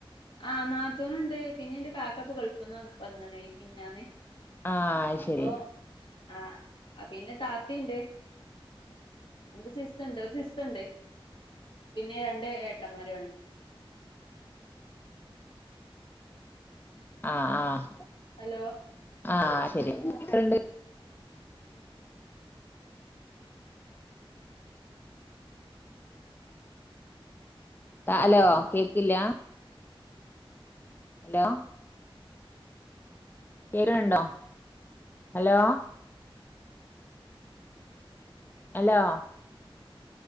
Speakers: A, on the left; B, on the left.
A: ആഹ് നാത്തൂനുണ്ട് പിന്നെ എന്റെ കാക്കപ്പ ഗൾഫ്ന്നും പറന്നു വന്നണേ മഞ്ഞന്ന്
B: ആഹ് ശരി
A: അപ്പൊ ആഹ പിന്നെ താത്തിയുണ്ട് എനിക്ക് സിസ്റ്റർുണ്ട് ഒരു സിസ്റ്റർുണ്ട് പിന്നെ രണ്ട് ഏട്ടന്മാരണ്
B: ആഹ് ആഹ
A: ഹലോ
B: ആഹ് ശെരിണ്ട് ആ അല്ലയോ കേക്കില്ല ഹലോ കേരുണ്ടോ ഹലോ ഹലോ